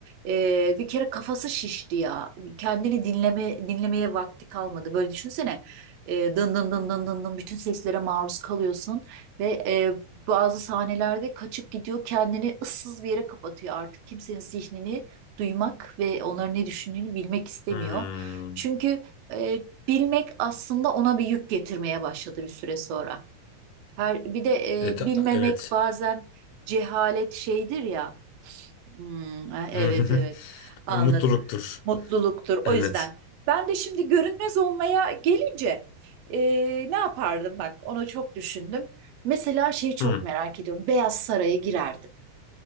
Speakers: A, on the right; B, on the left.
A: e, bir kere kafası şişti ya. Kendini dinleme dinlemeye vakti kalmadı. Böyle düşünsene. E, dın dın dın dın dın dın bütün seslere maruz kalıyorsun ve e, bazı sahnelerde kaçıp gidiyor kendini ıssız bir yere kapatıyor artık kimsenin zihnini duymak ve onların ne düşündüğünü bilmek istemiyor.
B: Hmm.
A: Çünkü e, bilmek aslında ona bir yük getirmeye başladı bir süre sonra. Her bir de
B: E,
A: e,
B: ta-
A: bilmemek
B: evet.
A: bazen cehalet şeydir ya. Hmm, eh, evet
B: <laughs>
A: evet anladım.
B: Mutluluktur.
A: Mutluluktur. O
B: Evet.
A: yüzden ben de şimdi görünmez olmaya gelince e, ne yapardım bak onu çok düşündüm. Mesela şeyi çok
B: Hmm.
A: merak ediyorum. Beyaz Saray'a girerdim.